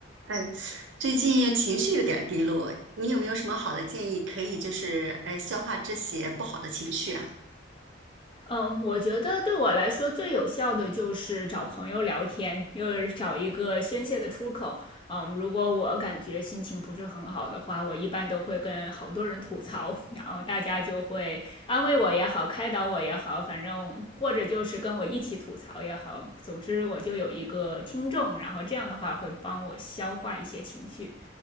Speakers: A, on the right; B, on the left.
A: 哎，最近情绪有点儿低落，你有没有什么好的建议可以就是哎消化这些不好的情绪啊？
B: 嗯，我觉得对我来说最有效的就是找朋友聊天，就是找一个宣泄的出口。嗯，如果我感觉心情不是很好的话，我一般都会跟好多人吐槽，然后大家就会安慰我也好，开导我也好，反正或者就是跟我一起吐槽也好，总之我就有一个听众，然后这样的话会帮我消化一些情绪。